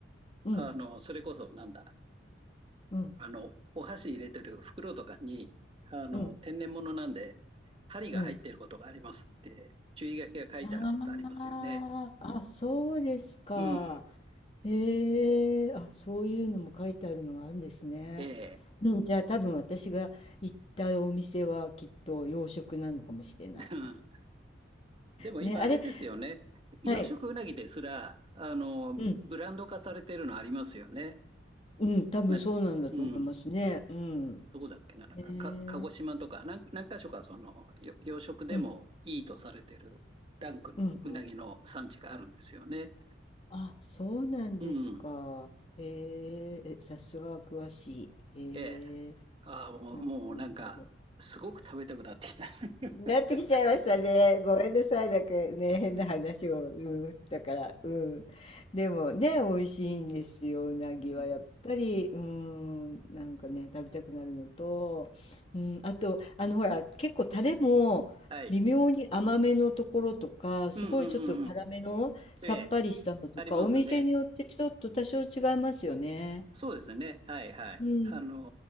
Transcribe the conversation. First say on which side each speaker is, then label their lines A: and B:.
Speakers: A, on the left (about 30°); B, on the right (about 30°).
A: うん、
B: あの、それこそ、なんだ、
A: うん、
B: あの、お箸入れてる袋とかに、あの、
A: うん、
B: 天然物なんで、針が入ってることがありますって、
A: うん。
B: 注意書きが書いてあることありますよね。
A: あああ、そうですか。
B: うん、
A: へえ、あ、そういうのも書いてあるのがあるんですね。
B: ええ。
A: うん、じゃあ多分私が行ったお店はきっと洋食なのかもしれない。
B: うんでも今あれですよね。
A: ね、あれ、
B: 養殖うなぎですら、
A: はい。
B: あの、
A: うん、
B: ブランド化されてるのありますよね。
A: うん、多分そうなんだと思いますね。
B: な、うん、
A: うん。
B: どこだっけな、なんか、
A: ねえ、
B: か、鹿児島とか、なん、何か所かその、よ養殖でもいいとされてるランクのうなぎの産地があるんですよね。
A: うん、うん、うん。あ、そうなんですか。
B: うん。
A: へえ、え、さすが詳しい。へえ、
B: ええ。ああ、もう、
A: なるほど、
B: もうなんか、
A: なるほど。
B: すごく食べたくなってきた。<laughs>
A: なってきちゃいましたね。ごめんなさい。なんかね、変な話を。うん。だから、うん。でもね、美味しいんですよ。うなぎはやっぱり、
B: うん
A: うん。なんかね、食べたくなるのと、うん。あと、あの、ほら、結構タレも微妙に甘めのところとか、
B: はい。うんうんうんうん。
A: すごいちょっと辛めのさっぱりしたのとか、
B: ええ、ありますね。
A: お店によってちょっと多少違いますよね。
B: そうですね。はいはい。
A: うんう
B: あの